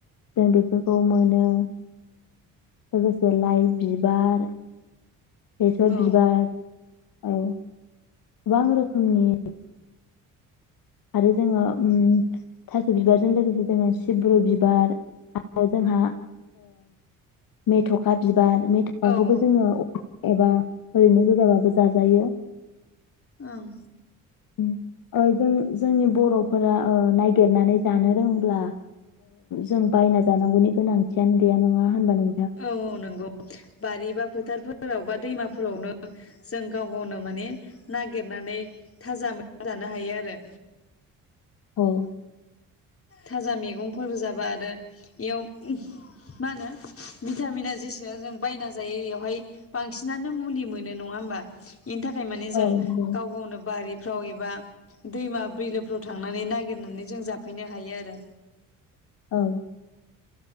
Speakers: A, on the left; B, on the left.
A: जों बेफोरखौ मोनो लोगोसे लाइ बिबार बेसर
B: औ
A: बिबार औ गोबां रोखोमनि आरो जोङो ओम थास' बिबारजों लोगोसे जोङो सिब्रु बिबार आरो जोंहा मेथ'खा बिबार बार मेथ'फाखौबो
B: ओं
A: जोङो एबा ओरैनो गोजाबाबो जाजायो
B: ओं
A: उम ओ जों जोंनि बर'फोरा ओ नागिरनानै जानो रोंब्ला जों बायना जानांगौनि गोनांथियानो गैया नङा होनबानो
B: औ औ नंगौ बारिबा फोथारफोराव बा दैमाफोरावनो जों गाव गावनो माने नागिरनानै थाजा मैजानो हायो आरो
A: औ
B: थाजा मैगंफोरबो जाबा आरो इयाव मा होनो भिटामिना जेसेब जों बायना जायो बेयावहाय बांसिनानो मुलि मोनो नङा होनबा बेनि थाखाय माने जों
A: औ नंगौ
B: गाव गावनो बारिफ्राव एबा दैमा बिलोफ्राव थांनानै नागिरनानै जों जाफैनो हायो आरो
A: औ